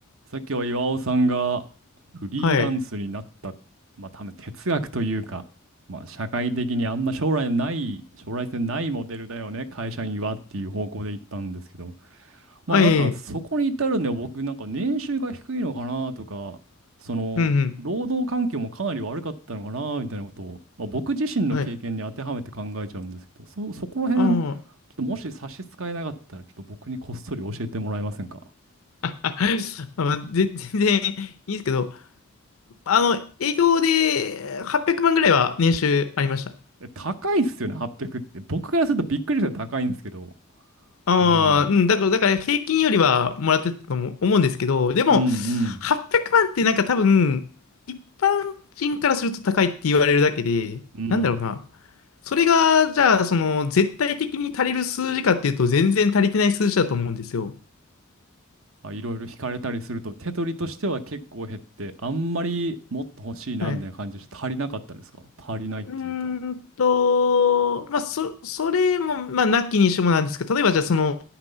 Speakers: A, on the right; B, on the left.
A: さっきは岩尾さんがフリーランスになった、
B: はい。
A: まあ多分哲学というか、まあ社会的にあんま将来ない、将来性ないモデルだよね、会社員はっていう方向で行ったんですけど、まあなんかそこに至るには僕なんかね年収が低いのかなとか、
B: あ、いえいえ
A: その労働環境もかなり悪かったのかなみたいなことを、
B: うん
A: まあ、僕自身の経験に当てはめて考えちゃうんですけど、
B: うん。はい。
A: そ、そこら辺、
B: あ
A: ちょっともし差し支えなかったら、ちょっと僕にこっそり教えてもらえませんか
B: あ、<laughs> あ、まあぜ <laughs> 全然いいですけど、あの、営業で800万ぐらいは年収ありました。
A: え高いっすよね、800っぴゃくって。僕からするとびっくりして高いんですけど。
B: ああ、
A: おー
B: うん、だから、だから平均よりはもらってたと思う思うんですけど、でも、
A: うん
B: 800万ってなんか多分、一般人からすると高いって言われるだけで、
A: うん。うん。
B: なんだろうな。それが、じゃあ、その、絶対的に足りる数字かっていうと、全然足りてない数字だと思うんですよ。
A: あ、いろいろ引かれたりすると、手取りとしては結構減って、あんまりもっと欲しいなみたいな感じで足りなかったですか足りないっていうと。
B: はいうーんと、まあ、そ、それも、まあ、なきにしもなんですけど、例えばじゃあ、その、